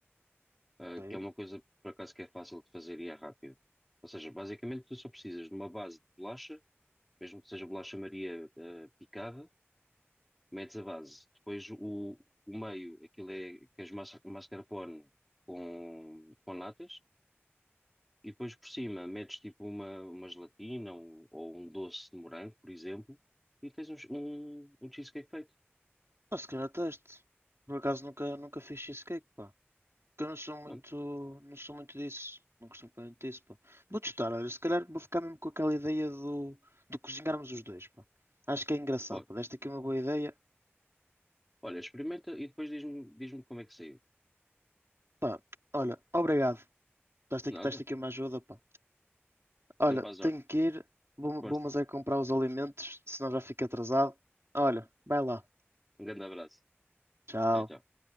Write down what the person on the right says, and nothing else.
ok.
Pá, se calhar teste. Por acaso nunca, nunca fiz cheesecake, pá. Porque eu não sou muito,
não sou muito disso. Não costumo comer muito disso, pá. Vou testar, olha, se calhar vou ficar mesmo com aquela ideia do, de cozinharmos os dois, pá. Acho que é engraçado,
pá. Deste aqui uma boa ideia.
Pá, olha, obrigado. Estás aqui,
estás aqui uma ajuda, pá. Olha,
tenho que ir. Vou,
vou mas é comprar os alimentos, senão já fico atrasado. Olha, vai lá.
Tchau.